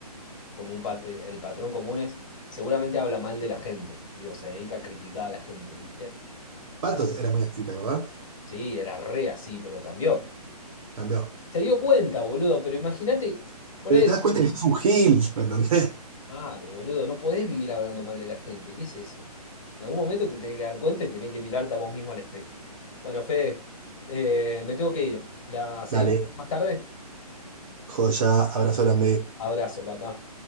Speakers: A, on the left; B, on the right.
A: como un pat- el, el patrón común es, seguramente habla mal de la gente. Digo, se dedica a criticar a la gente, ¿viste?
B: Patos
A: Es-
B: era muy así, ¿te acordás?
A: sí, era re así, pero cambió.
B: Cambió.
A: Se dio cuenta, boludo, pero imagínate, por
B: Pero
A: eso,
B: te das cuenta que es un gil, ¿me entendés?
A: claro, boludo, no podés vivir hablando mal de la gente. ¿Qué es eso? En algún momento te tenés que dar cuenta y tenés que mirarte a vos mismo al espejo. Bueno, Fede, eh, me tengo que ir. ¿La seguimos
B: Dale,
A: más tarde?
B: joya, abrazo grande.
A: Abrazo, papá.